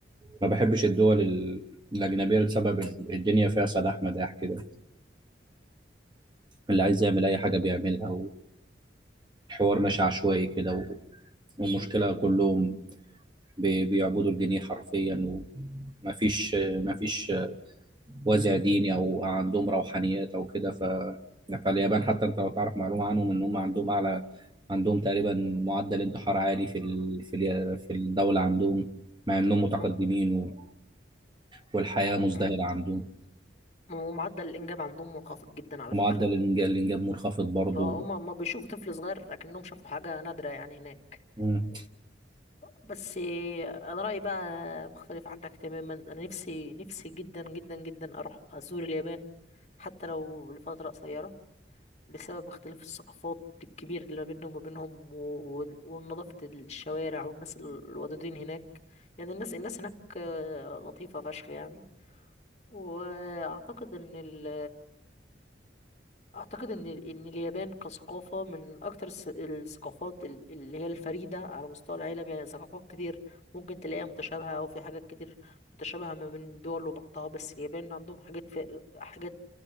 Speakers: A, on the right; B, on the left.
A: ما بحبش الدول ال- الاجنبية لسبب ال- الدنيا فيها سداح مداح كده اللي عايز يعمل اي حاجة بيعملها والحوار ماشي عشوائي كده و- والمشكلة كلهم بي- بيعبدوا الجنيه حرفيا ومفيش مفيش وازع ديني او عندهم روحانيات او كده ف فاليابان حتى انت لو تعرف معلومه عنهم ان هم عندهم اعلى عندهم تقريبا معدل انتحار عالي في ال... في ال... في الدوله عندهم مع انهم متقدمين
B: وم-
A: و... والحياه مزدهره
B: وم-
A: عندهم
B: ومعدل الانجاب عندهم منخفض جدا على
A: ومعدل
B: فكرة
A: الإنج- الانجاب منخفض برضه
B: فهم ما بيشوفوا طفل صغير لكنهم شافوا حاجة نادرة يعني هناك
A: مم.
B: بس انا رأيي بقى مختلف عنك تماما انا نفسي نفسي جدا جدا جدا اروح ازور اليابان حتى لو لفترة قصيرة بسبب اختلاف الثقافات الكبير اللي ما بينهم وما بينهم و- ونظافة الشوارع والناس ال- الودودين هناك يعني الناس الناس هناك آه، لطيفة فشخ يعني واعتقد ان ال اعتقد ان ان اليابان كثقافه من اكتر الس- الثقافات ال- اللي هي الفريده على مستوى العالم يعني ثقافات كتير ممكن تلاقيها متشابهه او في حاجات كتير متشابهه ما بين دول وبعضها بس اليابان عندهم حاجات في حاجات